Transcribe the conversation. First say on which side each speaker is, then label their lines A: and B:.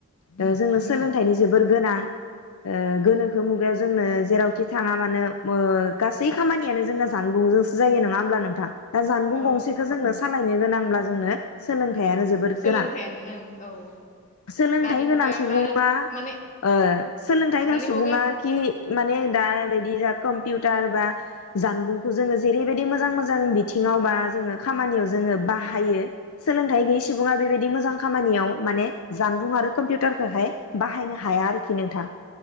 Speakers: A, on the left (about 70°); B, on the left (about 35°).
A: ओ जोङो सोलोंथाइनि जोबोर गोनां। ओ गोनोखो मुगा जोंनो जेरावखि थाङा मानो मो- गासै खामानियानो जोंना जानबुंजोंसो जायो, नङा होमब्ला नोंथां? दा जानबुं
B: औ
A: गंसेखौ जोंनो सालाय गोनांब्ला जोंनो सोलोंथाइयानो जोबोद
B: सोलोंथायानो
A: गोनां।
B: ओं
A: <inaudible>
B: औ
A: सोलोंथाइ
B: दानि
A: गोनां
B: मुगायावथ'
A: सुबुङा
B: आरो माने
A: ओ सोलोंथाइ गोनां
B: दानि
A: सुबुङा
B: मुगाया
A: खि माने दा बायदि जा कम्पिउटार बा जानबुंखौ जोङो जेरैबायदि मोजां मोजां बिथिङाव बा जोङो खामानियाव जोङो बाहायो सोलों नाथाय गैयै सुबुङा बेबायदि मोजां खामानियाव माने जानबुं आरो कम्पिउटारखौहाय बाहायनो हाया आरोखि नोंथां।